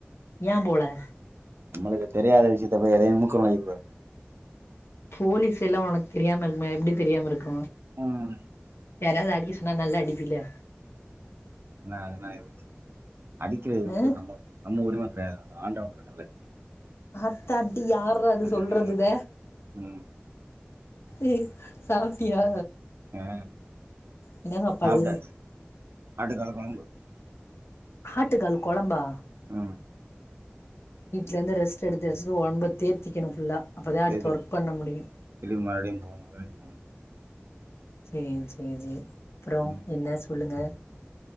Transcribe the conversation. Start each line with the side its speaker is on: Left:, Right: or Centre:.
Left: ஏ போலா
Right: நம்மளுக்கு தெரியாத விஷ்யத்த போய் எதையு மூக்க நொளைக்க கூடாது
Left: போலீஸ் வேல ஒனக்கு தெரியாம இருக்குமா எப்டி தெரியாம இருக்கு
Right: ஆமா
Left: யாரையாது அடிக்க சொன்னா நல்லா அடிப்பில
Right: என்னா என்ன யோச்சு அடிக்கிறது வந்து
Left: ம்
Right: நம்ம நம்ம உரிம கெடையாது அது ஆண்டவன் கட்டளை
Left: ஆத்தாடி யார்ரா அது
Right: ம்
Left: சொல்றது இத
Right: ம்
Left: ம் சாப்டியா
Right: ஆ
Left: என்ன சாப்பாடு
Right: சாப்ட்டாச்சு ஆட்டுக்கால் கொழம்பு
Left: ஆட்டு கால் கொழம்பா
Right: ம்
Left: வீ்ட்லருந்து ரெஸ்ட் எடுத்து ரெஸ்ட்டு ஒடம்ப தேத்திக்கணு ஃபுல்லா அப்பதா அடுத்து
Right: தேத்திட்டு
Left: ஒர்க் பண்ண முடியு
Right: திரும்பி மறுபடியு போணு வேலைக்கு போணு
Left: சேரி சேரி சே அப்றோ
Right: ம்
Left: என்ன சொல்லுங்க